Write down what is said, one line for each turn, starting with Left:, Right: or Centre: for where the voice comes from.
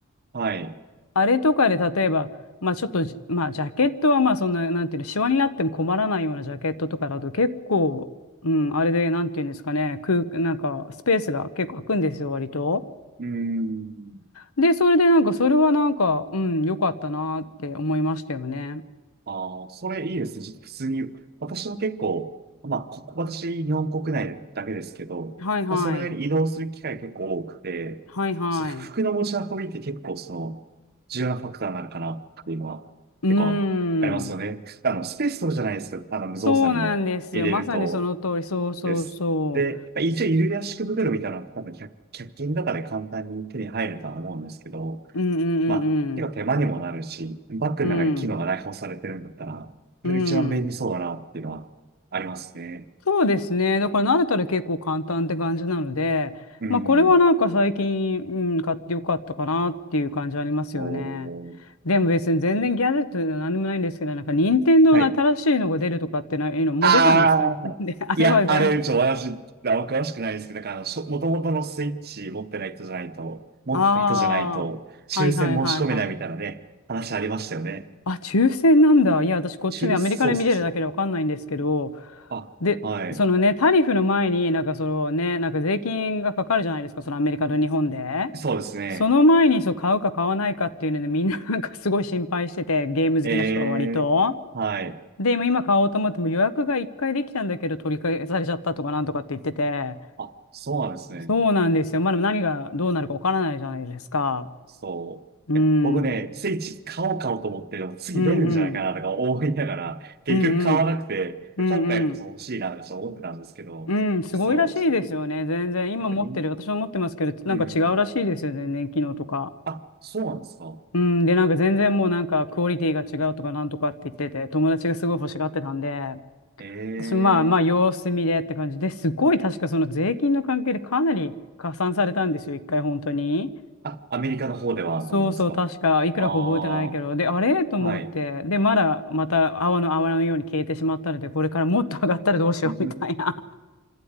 Right: はい。
Left: あれとかで例えば、まあちょっとじ、まあジャケットはまあそんな、なんていうの、シワになっても困らないようなジャケットとかだと結構、うん、あれで、なんていうんですかね、空、なんかスペースが結構空くんですよ、割と。
Right: うん。
Left: で、それでなんか、それはなんか、うん、良かったなって思いましたよね。
Right: ああ、それいいですね。ちょっと普通に、私も結構、まあ、ここ、私、日本国内だけですけど、
Left: はいはい。
Right: まあ、それなりに移動する機会結構多くて、
Left: はいはい。
Right: そう、服の持ち運びって結構、
Left: う
Right: その、重要なファクターになるかなっていうのは、
Left: ーん。
Right: 結構ありますよね。あの、スペース取るじゃないですか。あの、無造作に入れると、
Left: そうなんですよ。まさにその通り。そうそうそ
Right: です。で、まあ一応、衣類圧縮袋みたいなのは、多分の中均とかで簡単に手に入るとは思うんですけど、
Left: う。うんうんうん
Right: まあ、結構手間にもなるし、バッグの中に機能が内包されてるんだったら、
Left: うん。
Right: それが一番便利そうだなっていうのはありますね。
Left: うん。うん。そうですね。だから慣れたら結構簡単って感じなので、
Right: うん。
Left: まあこれはなんか最近、うん、買ってよかったかなっていう感じありますよね。
Right: もう、
Left: でも別に全然ギャジェットと何でもないんですけど、なんか任天堂の新しいのが出るとかってないのもう出たんですかね。
Right: はい。ああ、
Left: <laughs> で、あれは全然、
Right: いや、あれ、ちょ、私、あんま詳しくないですけど、なんかあの、しょ、元々のスイッチ持ってない人じゃないと、持ってた人じゃないと、
Left: ああ、
Right: 抽選申し込めないみたいなね、
Left: はいはいはいはい。
Right: 話ありましたよね。
Left: あ、抽選なんだ。いや、私こっちでアメリカで見てるだけでわかんないんですけど、
Right: 抽、そうそうそう。あ、
Left: で、
Right: はい。
Left: そのね、タリフの前になんかそのね、なんか税金がかかるじゃないですか、そのアメリカと日本で。
Right: そうですね。
Left: その前にそう買うか買わないかっていうので、みんな <laughs> なんかすごい心配してて、ゲーム好きな人は割と。
Right: ええ、はい。
Left: で、今今買おうと思っても予約が1回できたんだけど取り消されちゃったとかなんとかって言ってて、
Right: あ、そうなんですね。
Left: そうなんですよ。まだ何がどうなるかわからないじゃないですか。
Right: そう。
Left: うん。
Right: いや、僕ね、スイッチ買おう買おうと思ってでも次出るんじゃないかなとか思いながら、
Left: うんうん。
Right: 結局買わなくて、
Left: うんうん。うんうん。
Right: 今回こそ欲しいなとちょっと思ってたんですけど、
Left: うん、すごいらしいですよね。
Right: そう、ちょっと、
Left: 全然。今持ってる、
Right: やっぱり、
Left: 私も持ってますけど、なんか違うらしいですよね。
Right: うん。
Left: 全然機能とか。
Right: あ、そうなんですか。
Left: うん、で、なんか全然もうなんかクオリティが違うとかなんとかって言ってて、友達がすごい欲しがってたんで、
Right: ええ
Left: 私まあまあ様子見でって感じですごい確かその税金の関係でかなり加算されたんですよ、一回本当に。
Right: あ、アメリカの方ではどうですかああ
Left: そうそう、確かいくらか覚えてないけど、で、あれと思って、
Right: ー、はい。
Left: で、まだまた泡の泡のように消えてしまったので、これからもっと上がったらどうしようみたいな、
Right: <laughs> い